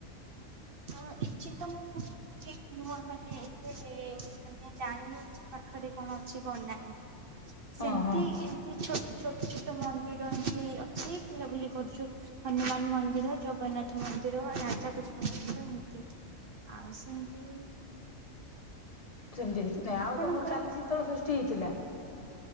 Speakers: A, on the right; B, on the left.
A: ହଁ ଇଛି ତମ କୁହ? ଠିକ୍ ମୁ ମାନେ ଏତେ ମାନେ ଜାଣିଲୁ ପାଖରେ କଣ ଅଛି କଣ ନାହିଁ? ସେମିତି
B: ହଁ ହଁ।
A: ଏମିତି ଛୋଟ ଛୋଟ ମନ୍ଦିର ଏମତି ଅଛି ବୁଲାବୁଲି କରୁଛୁ? ହନୁମାନ ମନ୍ଦିର ଜଗନ୍ନାଥ ମନ୍ଦିର ରାଧାକୃଷ୍ଣ ମ ସେ ଆଉ ସେମିତି
B: ସେମିତି କିଛି ନାଇଁ ଆଉ
A: ଆପଣଙ୍କର
B: ତମର କାଲି ଶୀତଳ ଷଷ୍ଠୀ ହେଇଥିଲା?